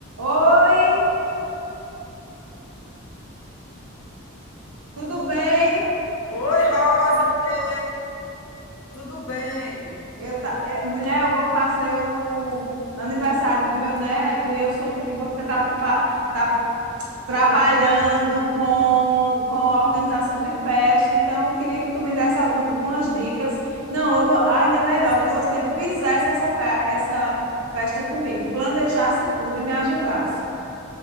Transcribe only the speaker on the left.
Oi, Rosa, mulher, tudo bem?
Sim,
sim,